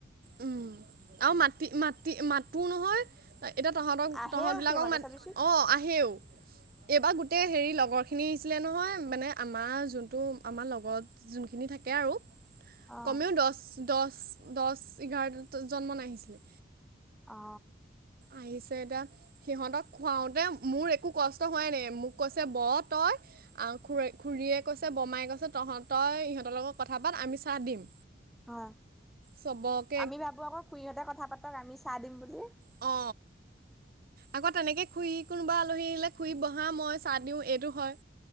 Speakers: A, on the right (about 55°); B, in the centre.
A: উম আৰু মাটি-মাটি মাতো নহয়। এতিয়া তহঁতক
B: আহেও
A: তহঁতবিলাকক
B: সেইমতে
A: মান
B: চাবিচোন
A: অ আহেও। এইবাৰ গোটেই হেৰি লগৰখিনি আহিছিলে নহয় মানে আমাৰ যোনটো আমাৰ লগত। যোনখিনি থাকে আৰু
B: অ
A: কমেও দছ দছ দছ এঘাৰ দি- জন্ম নাহিছিলে
B: অ
A: আহিছে এটা সিহঁতক খুৱাওতে মোৰ একো কষ্ট হোৱাই নাই মোক কৈছে ব তই। আহ খু খুৰীয়ে কৈছে বোমাই কৈছে তহঁ তই ইহঁতৰ লগত কথা পাত আমি চাহ দিম।
B: অ
A: চবক
B: আমি ভাবো আকৌ খুইহঁতে কথা পাতক আমি চাই দিম বুলি।
A: অ। আকৌ তেনেকে খুই কোনোবা আলহী আহিলে খুই বহা মই চাহ দিওঁ এইটো হয়।